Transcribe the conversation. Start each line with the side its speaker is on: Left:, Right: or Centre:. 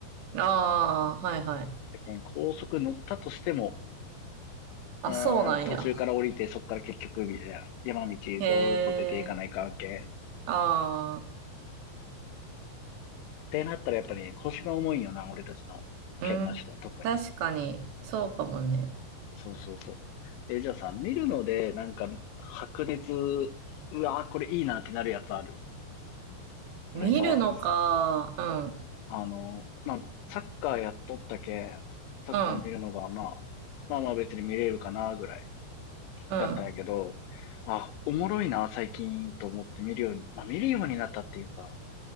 Right: ああ、はいはい。
Left: だけん高速乗ったとしても、うーん、
Right: あ、そうなんや。
Left: 途中から降りて、そっから結局、みたいな、山道ずーっと出ていかない関係。
Right: へえ、ああ、
Left: ってなったらやっぱりね、腰が重いんよな、俺たちの県の人、
Right: うん、
Left: 特に。
Right: 確かに、そうかもね。
Left: そうそうそう。え、じゃあさ、見るので、なんか、白熱、うわー、これいいなってなるやつある。
Right: 見るのか。
Left: 俺さ、
Right: うん。
Left: あの、まあ、サッカーやっとったけ、サッカー見るのが、
Right: うん。
Left: まあ、まあまあ別に見れるかな、ぐらい
Right: うん。
Left: やったんやけど、あ、おもろいな、最近、と思って見るように、まあ見るようになったっていうか、